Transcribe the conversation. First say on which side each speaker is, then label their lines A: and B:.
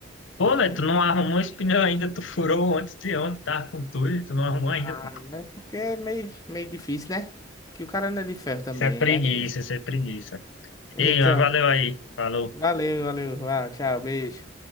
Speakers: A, on the left; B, on the left.
A: Pô,
B: É,
A: velho, tu não arrumou esse pneu ainda, tu furou antes de ontem, tá com tudo, e tu não arrumou ainda,
B: ah,
A: pô.
B: né? Porque é meio, meio difícil, né? Que o cara não é de ferro também.
A: Isso é preguiça,
B: Aí,
A: isso é preguiça.
B: então,
A: Ei, mas valeu aí. Falou.
B: valeu, valeu. Ah, tchau, beijo.